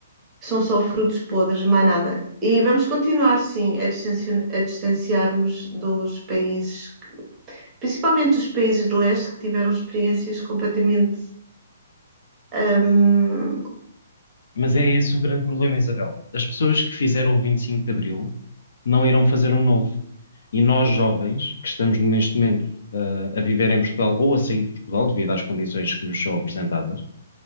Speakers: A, on the right; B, on the left.
A: São só frutos podres, mais nada. E vamos continuar, sim, a distancio- a distanciar-nos dos países, principalmente dos países do leste, que tiveram experiências completamente. hum,
B: Mas é esse o grande problema, Isabel. As pessoas que fizeram o 25 de Abril não irão fazer um novo. E nós, jovens, que estamos neste momento ah, a viver em Portugal ou a sair de Portugal, devido às condições que nos são apresentadas,